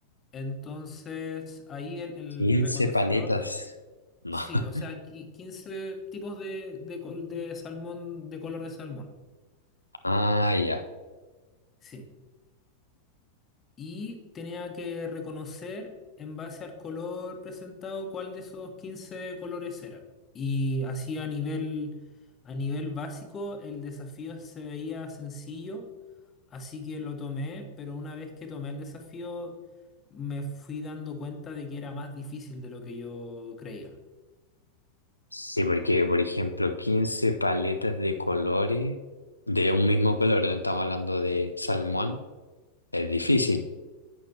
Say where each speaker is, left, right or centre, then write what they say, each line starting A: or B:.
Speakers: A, on the left; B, on the left.
A: Entonces ahí el, el
B: 15
A: reconocedor,
B: paletas. No.
A: sí,
B: <laughs>
A: o sea, qui- 15 tipos de, de col- de salmón, de color de salmón.
B: Ah, ya.
A: Sí. y tenía que reconocer en base al color presentado cuál de esos 15 colores era. Y así a nivel, a nivel básico el desafío se veía sencillo, así que lo tomé, pero una vez que tomé el desafío me fui dando cuenta de que era más difícil de lo que yo creía.
B: Sí, porque, por ejemplo, 15 paletas de colores de un mismo color, no estamos hablando de salmón, es difícil.